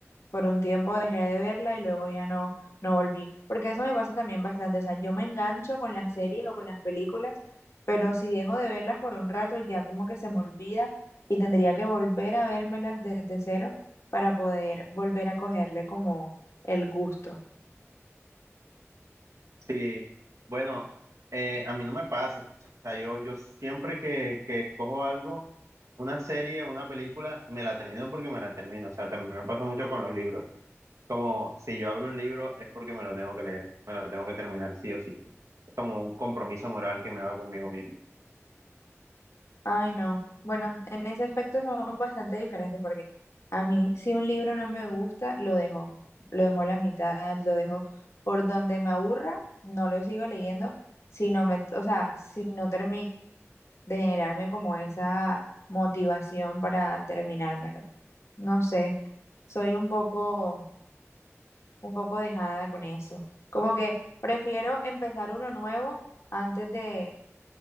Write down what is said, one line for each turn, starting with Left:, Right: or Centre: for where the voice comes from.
Left: por un tiempo dejé de verla y luego ya no, no volví. Porque eso me pasa también bastante. O sea, yo me engancho con las series o con las películas, pero si dejo de verlas por un rato, ya como que se me olvida y tendría que volver a vérmelas desde cero para poder volver a cogerle como el gusto.
Right: Sí, bueno, eh, a mí no me pasa. O sea, yo, yo siempre que, que escojo algo, una serie, una película, me la termino porque me la termino. O sea, también me pasa mucho con los libros. Como si yo abro un libro es porque me lo tengo que leer, me lo tengo que terminar, sí o sí. como un compromiso moral que me hago conmigo mismo.
Left: Ay, no. Bueno, en ese aspecto somos bastante diferentes porque a mí si un libro no me gusta, lo dejo. Lo dejo a la mitad, lo dejo por donde me aburra, no lo sigo leyendo, si no me, o sea, si no termino de generarme como esa motivación para terminármelo. No sé, soy un poco, un poco dejada con eso. Como que prefiero empezar uno nuevo antes de,